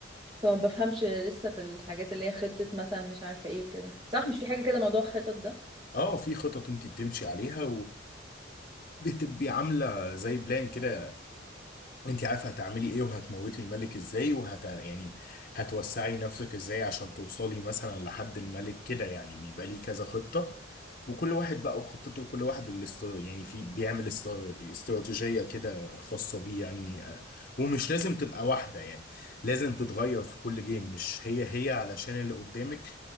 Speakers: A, on the right; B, on the left.
A: فما بفهمش لسه في الحاجات اللي هي خطة مثلا مش عارفة ايه وكده صح مش في حاجة كده موضوع الخطط ده
B: اه في خطط انت بتمشي عليها وبتبقي عاملة زي بلان كده انت عارفه هتعملي ايه وهتموتي الملك ازاي وهت يعني هتوسعي نفسك ازاي عشان توصلي مثلا لحد الملك كده يعني بيبقى ليه كذا خطة وكل واحد بقى وخطته كل واحد اللي است... يعني في بيعمل است... استراتيجية كده خاصة بيه يعني آه، ومش لازم تبقى واحدة يعني لازم تتغير في كل جيم مش هي هي علشان اللي قدامك